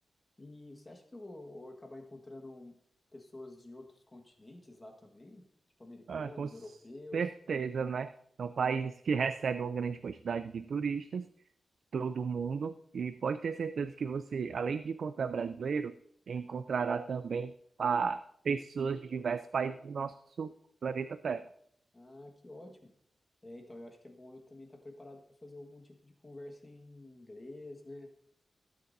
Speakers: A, on the left (about 20°); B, on the right (about 75°).
A: E você acha que eu vou acabar encontrando pessoas de outros continentes lá também? Tipo americanos,
B: Ah, com certeza,
A: europeus?
B: né? São países que recebem uma grande quantidade de turistas todo mundo e pode ter certeza que você, além de encontrar brasileiro, encontrará também ah, pessoas de diversos países do nosso planeta Terra.
A: Ah, que ótimo. É, então eu acho que é bom eu também estar preparado para fazer algum tipo de conversa em inglês, né?